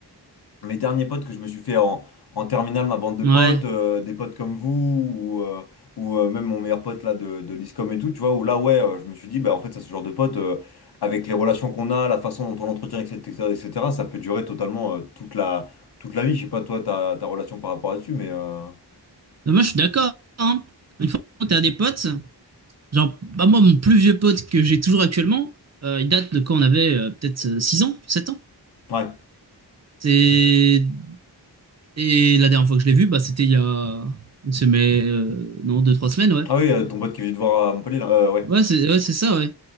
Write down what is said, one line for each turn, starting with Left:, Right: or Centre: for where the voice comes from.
Left: mes derniers potes que je me suis fait en, en terminale, ma bande de potes,
Right: Ouais,
Left: euh, des potes comme vous, ou, euh, ou euh, même mon meilleur pote là de, de l'ISCOM et tout, tu vois, où là, ouais, euh, je me suis dit, bah en fait, ça, ce genre de potes, euh, avec les relations qu'on a, la façon dont on l'entretient, etc., etc., ça peut durer totalement euh, toute la, toute la vie. Je sais pas, toi, ta, ta relation par rapport à dessus, mais. euh,
Right: Non, Moi, je suis d'accord. hein. Une fois que t'as des potes, genre, bah, moi, mon plus vieux pote que j'ai toujours actuellement, euh, il date de quand on avait euh, peut-être euh, 6 ans, 7 ans.
Left: Ouais.
Right: C'est... Et la dernière fois que je l'ai vu, bah, c'était il y a une semaine, euh, non, deux trois semaines, ouais.
Left: Ah oui, euh, ton pote qui est venu te voir à Montpellier, là, euh, ouais.
Right: Ouais, c'est ouais, c'est ça, ouais.